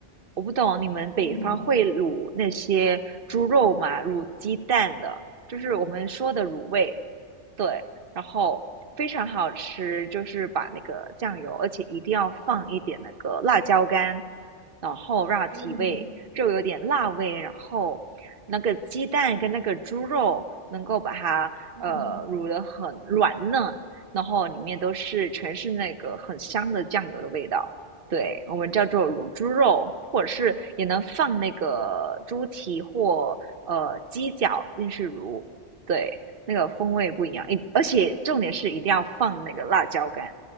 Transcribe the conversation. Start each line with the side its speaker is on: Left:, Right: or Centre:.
Right: 我不懂你们北方会卤那些猪肉吗？
Left: 嗯
Right: 卤鸡蛋的，就是我们说的卤味。对，然后非常好吃，就是把那个酱油，而且一定要放一点那个辣椒干，然后让它提味，
Left: 嗯
Right: 肉有点辣味，然后那个鸡蛋跟那个猪肉能够把它呃卤得很软嫩，
Left: 嗯，
Right: 然后里面都是全是那个很香的酱油的味道。对，我们叫做卤猪肉，或者是也能放那个猪蹄或呃鸡脚进去卤。对，那个风味不一样，一而且重点是一定要放那个辣椒干，